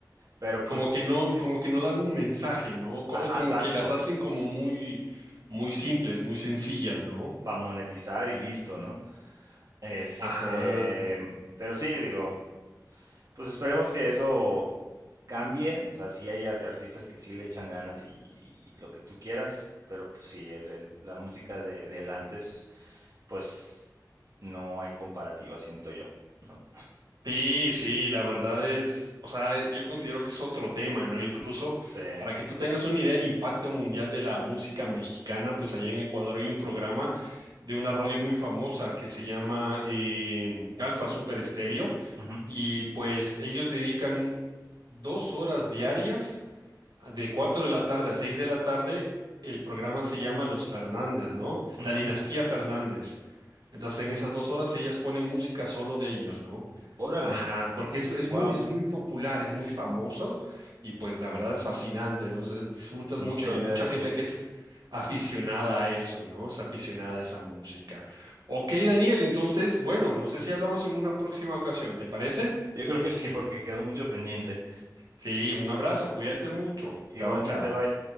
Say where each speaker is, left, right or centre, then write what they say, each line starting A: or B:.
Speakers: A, on the right (about 55°); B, on the right (about 70°).
A: pero pues,
B: Como que no,
A: sí,
B: como que no dan un mensaje, ¿no? O, co-
A: ajá,
B: o como
A: exacto,
B: que las hacen como muy, muy simples, muy sencillas, ¿no?
A: para monetizar y listo, ¿no? Este,
B: Ajá.
A: pero sí, digo. Pues esperemos que eso cambie, o sea, sí hay as- artistas que sí le echan ganas y, y lo que tú quieras, pero pues sí, el- el- la música de, del antes, pues no hay comparativa, siento yo, ¿no?
B: Sí, sí, la verdad es, o sea, yo considero que es otro tema, ¿no? Incluso
A: Sí.
B: para que tú tengas una idea del impacto mundial de la música mexicana, pues allá en Ecuador hay un programa de una radio muy famosa que se llama eh, Alfa Super Estéreo
A: Ujú,
B: y pues ellos dedican dos horas diarias de 4 de la tarde a 6 de la tarde, el programa se llama Los Fernández, ¿no?
A: ujú.
B: La dinastía Fernández. Entonces, en esas dos horas ellas ponen música solo de ellos, ¿no?
A: Órale,
B: Ajá, porque es, es
A: wow,
B: muy, es muy popular, es muy famoso y pues la verdad es fascinante, ¿no? Es- es- disfrutas
A: no
B: mucho
A: sabía
B: y hay mucha
A: eso.
B: gente que es aficionada a eso, ¿no? Es aficionada a esa música. Ok, Daniel, entonces, bueno, no sé si hablamos en una próxima ocasión, ¿te parece?
A: Yo creo que sí, porque quedó mucho pendiente.
B: Sí, un abrazo, cuídate mucho.
A: Igualmente,
B: Chao, chao.
A: bye.